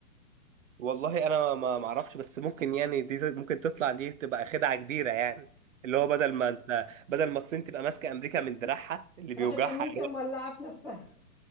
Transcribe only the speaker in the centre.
راحت أمريكا مولعة في نفسها